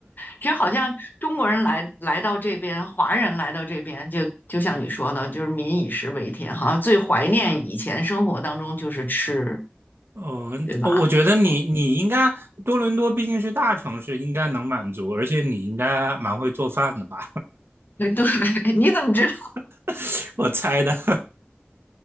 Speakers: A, on the left; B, on the right.
A: 这好像中国人来来到这边，华人来到这边，就就像你说的，就是民以食为天好像最怀念以前生活当中就是吃，
B: 嗯，
A: 对吧？
B: 我觉得你你应该多伦多毕竟是大城市，
A: 嗯，
B: 应该能满足，而且你应该蛮会做饭的吧，
A: <laughs> 对，你怎么知
B: <laughs> 我猜的，